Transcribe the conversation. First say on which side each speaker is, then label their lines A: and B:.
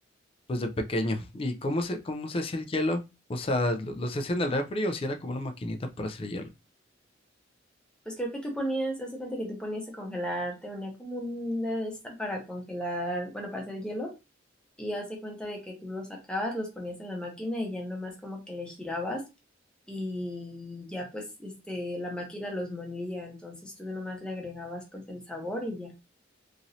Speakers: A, on the left; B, in the centre.
A: pues de pequeño. ¿Y cómo se, cómo se hacía el hielo? O sea, ¿lo, lo se hacía en el refri o si era como una maquinita para hacer hielo?
B: Pues creo que tú ponías, hace cuenta que tú ponías a congelar, te unía como una de esta para congelar, bueno, para hacer hielo y hace cuenta de que tú los sacabas, los ponías en la máquina y ya nomás como que le girabas y ya pues este la máquina los molía, entonces tú nomás le agregabas pues el sabor y ya.